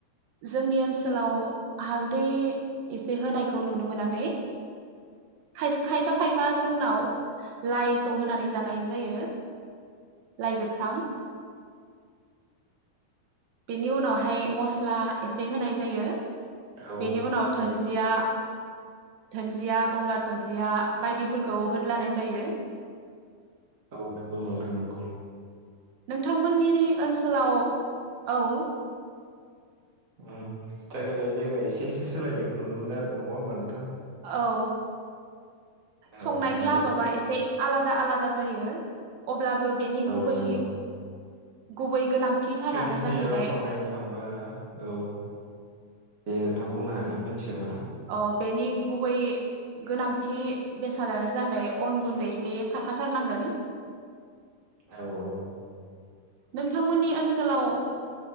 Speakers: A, on the right (about 75°); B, on the right (about 35°).
A: जोंनि ओनसोलाव हालदै एसे होनायखौ नुनो मोनाखै खाइस खायफा खायफा जोंनाव लाइखौ होनानै जानाय जायो लाइ गोथां बेनि उनावहाय मस्ला एसे होनाय जायो
B: औ
A: बेनि उनाव
B: औ
A: धोनजिया धोनजिया गंगार दुुनन्जिया बायदिफोरखौ होद्लानाय जायो
B: औ नोंगौ नोंथां नोंगौ
A: नोंथांमोननि ओनसोलाव औ
B: उम जायगा लायै जायगा एसे एसे सोलायनायखौ नुनो मोनो आरो नङा होमब नोंथां
A: औ संनायनि
B: औ नंगौ
A: आदबा एसे आलादा दा आलादा जायो अब्लाबो बेनि गुबै
B: औ नंगौ
A: गुबै गोनांथिथारानो
B: ट्रेडिसनेलखौ
A: जाहैबाय
B: नायनो थांबा औ दे नोंथां बुंनो हागोन। नों मिथियोबा
A: अ बेनि गुबै गोनांथि बेसादानो जाहैबाय अन गुन्दै बे थाखाथारनांगोन।
B: औ औ।
A: नोंथांमोननि ओनसोलाव